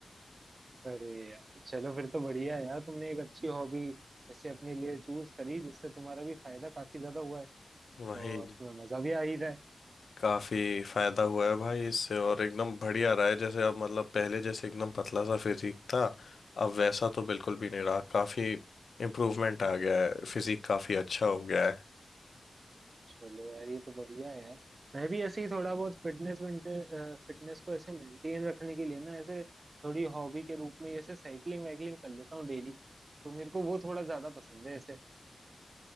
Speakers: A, on the right; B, on the left.
A: अरे यार चलो फिर तो बढ़िया है यार तुमने एक अच्छी हॉबी ऐसे अपने लिए चूज करी जिससे तुम्हारा भी फायदा काफी ज्यादा हुआ है
B: वही
A: और तुम्हें मजा भी आ ही रहा है
B: काफी फायदा हुआ है भाई इससे और एकदम बढ़िया रहा है जैसे अब मतलब पहले जैसे एकदम पतला सा फिजिक था अब वैसा तो बिल्कुल भी नहीं रहा काफी इम्प्रूवमेंट आ गया है फिजिक काफी अच्छा हो गया है
A: चलो यार ये तो बढ़िया है यार मैं भी ऐसे ही थोड़ा बहुत फिटनेस फिटनेस को ऐसे मेंटेन रखने के लिए ना ऐसे थोड़ी हॉबी के रूप में ऐसे साइकिलिंग वाइकलिंग कर लेता हूँ डेली तो मेरे को वो थोड़ा ज्यादा पसंद है ऐसे